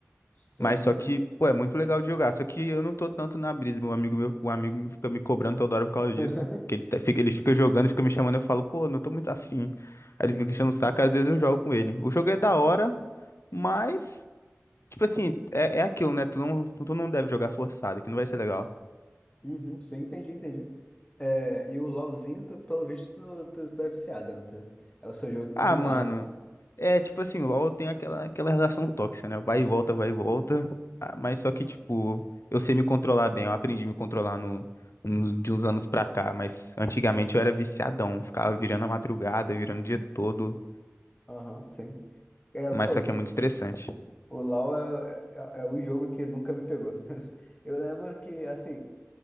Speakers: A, on the left; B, on the left.
A: Sim,
B: Mas só
A: sim.
B: que, pô, é muito legal de jogar. Só que eu não tô tanto na brisa. Meu amigo, meu, um amigo me fica me cobrando toda hora por causa disso.
A: <laughs>
B: Que ele, tá- fica, ele fica jogando, fica me chamando, eu falo, pô, não tô muito afim. Aí ele fica enchendo o saco, às vezes eu jogo com ele. O jogo é da hora, mas, tipo assim, é, é aquilo, né? Tu não, tu não deve jogar forçado, que não vai ser legal.
A: Uhum, sim, entendi, entendi. É, e o LoLzinho, tu- pelo visto, tu, tu, tu é viciado, né? Tu- é o seu jogo que tu
B: Ah,
A: não
B: mano,
A: larga.
B: é tipo assim, o LoL tem aquela, aquela relação tóxica, né? Vai e volta, vai e volta. Ah, Mas só que, tipo, eu sei me controlar bem. Eu aprendi a me controlar no, nos- de uns anos pra cá. Mas antigamente eu era viciadão. Ficava virando a madrugada, virando o dia todo.
A: Aham, sim. É,
B: Mas
A: pô,
B: só que é muito estressante.
A: o LoL é, é, é o jogo que nunca me pegou. <laughs> Eu lembro que, assim,